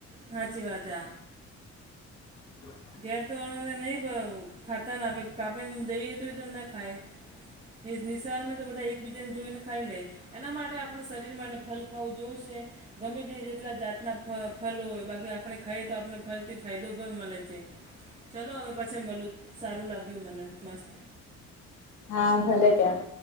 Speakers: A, on the right (about 25°); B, on the left (about 70°).
A: સાચી વાત છે.
B: <unintelligible>
A: ઘેર તોને નહી ખાતા કાપેને દઈએ તો ખાય. નિસાર મે તો બધા એકબીજા ને જોઈ ને ખાઈ લે. એના માટે આપણે શરીર માટે ફલ ખાવું જોયુંશે ગમે તે જેટલા જાતના ફલોય બાકી આપણે ખાઈએ તો આપણે ફલ થી ફાયદો પણ મળે છે. ચાલો હવે પછી મલું સારું લાગ્યું મને મસ્ત
B: હા ભલે ત્યાં.